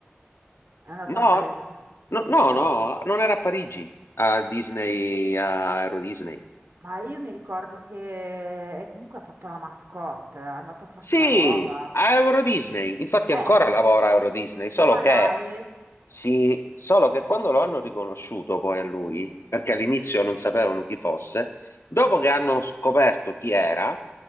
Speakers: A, on the right; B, on the left.
A: è andato
B: No,
A: a fare, ti
B: no,
A: giuro,
B: no, no, non era a Parigi, a Disney, a Euro Disney.
A: ma io mi ricordo che e comunque ha fatto la mascotte, è andato a fare
B: Sì,
A: sta roba.
B: a Euro Disney. Infatti ancora
A: Eh,
B: lavora a Euro Disney, solo
A: ma
B: che,
A: dai.
B: sì, solo che quando lo hanno riconosciuto poi a lui, perché all'inizio non sapevano chi fosse, dopo che hanno scoperto chi era,